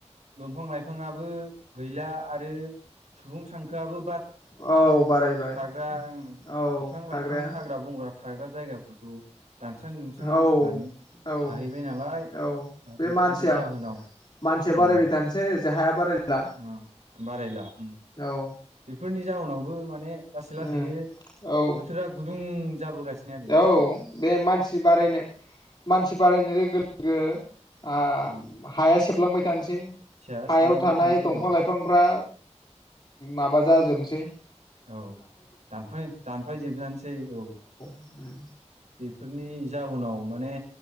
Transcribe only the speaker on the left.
औ। बारायबाय
औ
थाग्राया
औ औ
औ
बे
मानसिया
मानसिया
बारायबाय थानोसै जे हाया बारायला
औ।
उम
औ
औ
बे मानसि बारायनो मानसि बारायनाय लोगो -लोगो आ
हाया सेफलांबाय। दानसै
हायाव
थानाय
दंफां
लाइफांफ्रा माबा जाजोबसै
ए